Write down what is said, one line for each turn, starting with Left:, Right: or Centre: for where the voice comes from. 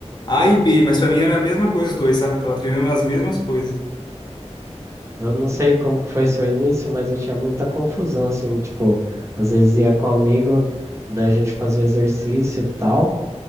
Left: A e B, mas pra mim era a mesma coisa os dois, sabe? Tava treinando as mesmas coisas.
Right: Eu não sei como que foi seu início, mas eu tinha muita confusão, assim, tipo, às vezes ia com um amigo, daí a gente fazia exercício e tal,